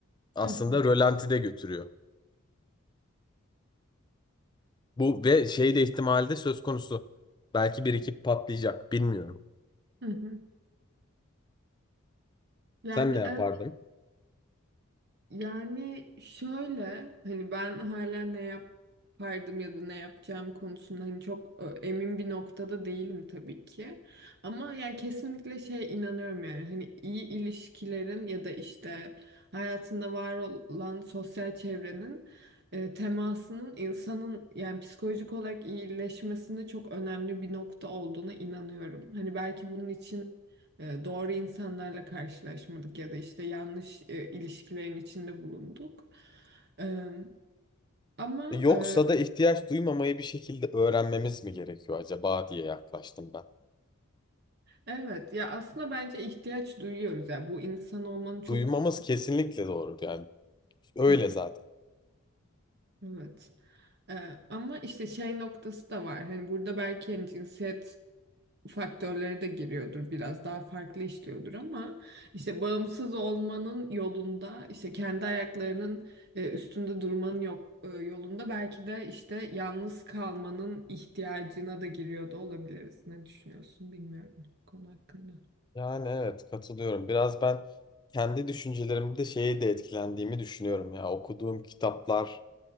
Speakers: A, on the left; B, on the right.
A: Aslında
B: Hı hı.
A: rölantide götürüyor. Bu ve şey de ihtimali de söz konusu. Belki bir iki patlayacak bilmiyorum.
B: Hı hı. Yani
A: Sen ne yapardın?
B: evet, yani şöyle hani ben hala ne yapardım ya da ne yapacağım konusunda hani çok e, emin bir noktada değilim tabii ki. Ama yani kesinlikle şey inanıyorum yani hani iyi ilişkilerin ya da işte hayatında var olan sosyal çevrenin e, temasının insanın yani psikolojik olarak iyileşmesinde çok önemli bir nokta olduğuna inanıyorum. Hani belki bunun için e, doğru insanlarla karşılaşmadık ya da işte yanlış e, ilişkilerin içinde bulunduk. E, ama
A: Yoksa
B: e,
A: da ihtiyaç duymamayı bir şekilde öğrenmemiz mi gerekiyor acaba diye yaklaştım ben.
B: evet ya aslında bence ihtiyaç duyuyoruz ya bu insan olmanın çok
A: Duymamız kesinlikle doğru yani öyle
B: Hı hı,
A: zaten.
B: Evet. E, ama işte şey noktası da var. Hani burada belki hani cinsiyet faktörleri de giriyordur biraz daha farklı işliyordur ama işte bağımsız olmanın yolunda işte kendi ayaklarının e, üstünde durmanın yok e, yolunda belki de işte yalnız kalmanın ihtiyacına da giriyor da olabiliriz. Ne düşünüyorsun bilmiyorum bu konu hakkında.
A: Yani evet katılıyorum. Biraz ben kendi düşüncelerimde şeye de etkilendiğimi düşünüyorum ya. Okuduğum kitaplar,